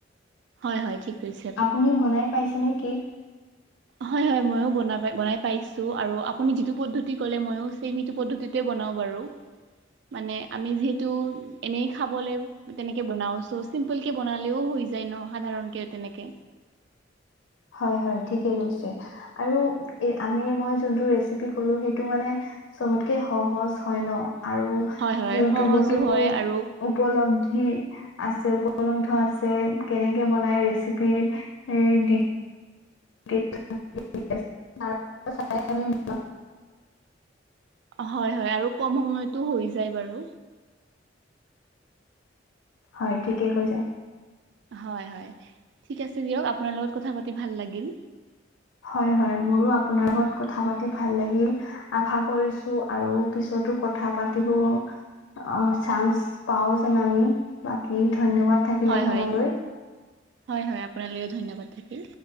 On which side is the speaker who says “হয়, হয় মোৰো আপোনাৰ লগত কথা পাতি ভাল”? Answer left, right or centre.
Left